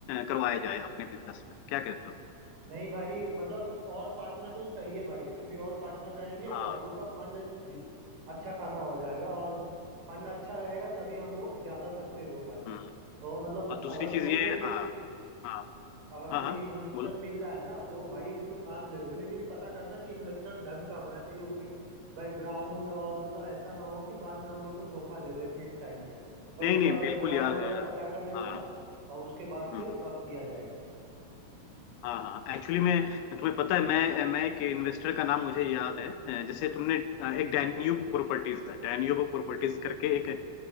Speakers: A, on the left; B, on the right.
A: करवाया जाए अपने बिजनेस में क्या कहते हो
B: नहीं भाई मतलब और पार्टनर तो चाहिए भाई क्योंकि और पार्टनर रहेंगे
A: हाँ
B: तो हम लोग का फंड अच्छा खासा हो जाएगा और फंड अच्छा रहेगा तभी हम लोग ज्यादा सक्सेस हो पाएंगे
A: हम्म।
B: तो मतलब
A: और दूसरी
B: अगर देखो
A: चीज ये
B: कोई
A: हाँ हाँ
B: अगर
A: हाँ
B: कोई
A: हाँ
B: इन्वेस्टर
A: बोलो
B: मिल रहा है ना तो भाई उसको साथ ले लो लेकिन पता करना कि इन्वेस्टर ढंग का होना चाहिए उसके बैकग्राउंड और मतलब ऐसा ना हो कि बाद में हम लोग को धोखा दे दे मिड टाइम पे तो
A: नहीं
B: उसका
A: नहीं
B: बैकग्राउंड
A: बिल्कुल यार
B: वगैरह
A: अ,
B: पता कर लेना
A: हाँ
B: और उसके बाद
A: हम्म,
B: से
A: हम्म।
B: तब किया जाएगा
A: हाँ हाँ एक्चुअली मैं तुम्हें पता है मैं मैं एक इन्वेस्टर का नाम मुझे याद है अ, जैसे तुमने अ, एक डैन्यूब प्रॉपर्टीज है डैन्यूब प्रॉपर्टीज करके एक अ,